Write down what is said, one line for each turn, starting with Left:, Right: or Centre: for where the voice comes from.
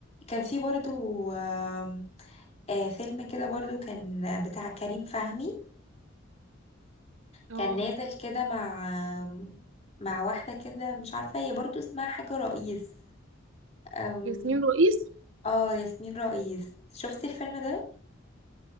Left: كان في برضه آم، آه، فيلم كده برضه كان بتاع كريم فهمي
Right: اه
Left: كان نازل كده مع آم، مع واحدة كده مش عارفة هي برضه اسمها حاجة رئيس آم،
Right: ياسمين رئيس
Left: اه ياسمين رئيس شفتي الفيلم ده؟